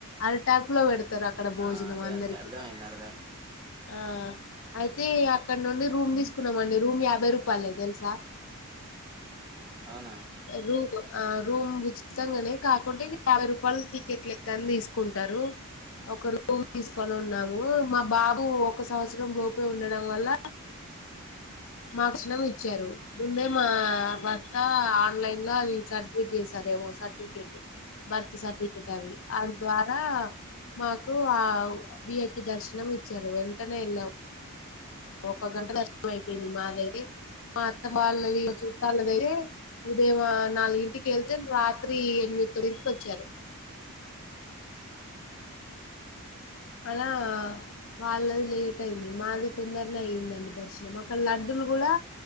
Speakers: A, on the left (about 60°); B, on the right (about 20°).
A: అరటి ఆకులో పెడతారు అక్కడ భోజనం
B: ఆ అదే
A: అందరికి
B: అదే అర్థమైంది అర్థమైంది
A: ఆ అయితే అక్కడ నుండి రూమ్ తీసుకున్నామండి రూమ్ యాభై రూపాయలే తెలుసా
B: అవునా
A: రూబ్ ఆ రూమ్ ఇష్టంగానే కాకుంటే ఈ యాభై రూపాయల టికెట్ లెక్కని తీసుకుంటారు ఒక రూమ్ తీసుకొని ఉన్నాము మా బాబు ఒక సంవత్సరం లోపే ఉండడం వల్ల మార్క్స్నం ఇచ్చారు ముందే మా భర్త ఆన్లైన్ లో అది సర్టిఫికేట్ చేస్తారేవో సర్టిఫికేట్ బర్త్ సర్టిఫికెట్ అవి అవీ ద్వారా మాకు ఆ విఐపి దర్శనం ఇచ్చారు వెంటనే వెళ్ళాం ఒక గంట నష్టం అయిపోయింది మాదైతే మా అత్త బాల్లది ఇగ చుట్టాలది ఐతే ఉదయం నాలుగింటికి వెళ్తే రాత్రి ఎనిమిది ంటికొచ్చారు అలా వాళ్ళది లేట్ అయింది మాది తొందరనే అయ్యిందండి దర్శనం ఒక లడ్డులు కూడా